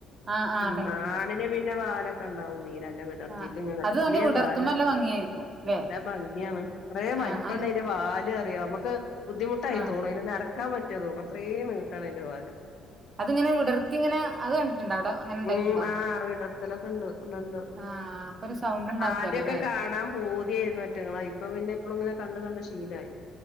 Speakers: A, on the right; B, on the left.
A: ആഹ് ആഹ്
B: ഉം
A: കണ്ടിട്ടുണ്ട്
B: ആണിന് പിന്നെ വാല് ഒക്കെ ഒണ്ടാവും നീല നല്ല വെ ടർത്തിട്ട്
A: ആഹ്
B: ഇങ്ങനെ
A: അത് നല്ല
B: വെല്യ
A: വിടർത്തുമ്പോ
B: വാലാ
A: നല്ല ഭംഗിയായിരിക്കും ല്ലേ
B: നല്ല ഭംഗി ആണ് കൊറേ
A: ആഹ്
B: വലുപ്പം
A: അങ്ങ്
B: ണ്ട് അയി അതിന്റെ വാല് അറിയാം നമുക്ക് ബുദ്ധിമുട്ടായി
A: ആഹ്
B: തോണു അയിന് നടക്കാൻ പറ്റിവോ തോണു അത്രയും നീട്ടാണ് അയിന്റെ വാല്
A: അതിങ്ങനെ വിടർത്തി ഇങ്ങനെ അത് കണ്ടിട്ടുണ്ടോ അവിടെ അങ്ങനെ ഉണ്ടായിട്ടുണ്ടോ
B: ഉം ആഹ് വിടർത്തില് ഒക്കെ ഒണ്ട് ണ്ടണ്ട്
A: ആഹ് അപ്പൊ ഒരു സൗണ്ട് ഉണ്ടാക്കുവല്ലോ
B: ആദ്യാക്കെ
A: ല്ലേ
B: കാണാം പൂതിയരുന്നു അവറ്റകളെ ഇപ്പൊ പിന്നെ എപ്പളും ഇങ്ങനെ കണ്ട് കണ്ട് ശീലായി